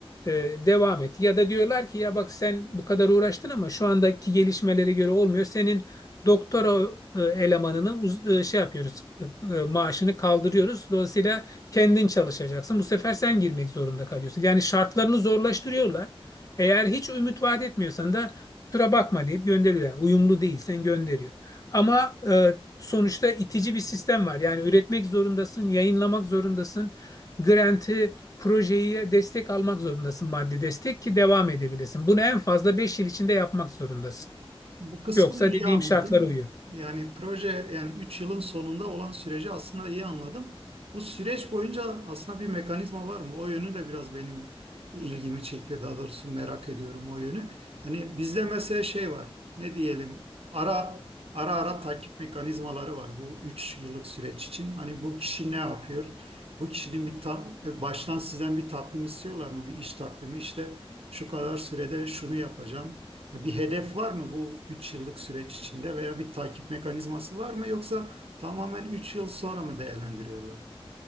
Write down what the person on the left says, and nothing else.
e, devam et. Ya da diyorlar ki ya bak sen bu kadar uğraştın ama şu andaki gelişmelere göre olmuyor. Senin doktora e, elemanını uz- e, şey yapıyoruz e, e, maaşını kaldırıyoruz. Dolayısıyla kendin çalışacaksın. Bu sefer sen girmek zorunda kalıyorsun. Yani şartlarını zorlaştırıyorlar. Eğer hiç ümit vaat etmiyorsan da kusura bakma deyip gönderiyorlar. Uyumlu değil sen gönderiyor. Ama e, sonuçta itici bir sistem var. Yani üretmek zorundasın, yayınlamak zorundasın. Grant'ı, projeye destek almak zorundasın maddi destek ki devam edebilesin. Bunu en fazla 5 yıl içinde yapmak zorundasın.
Yoksa
dediğim
şartlara uyuyor.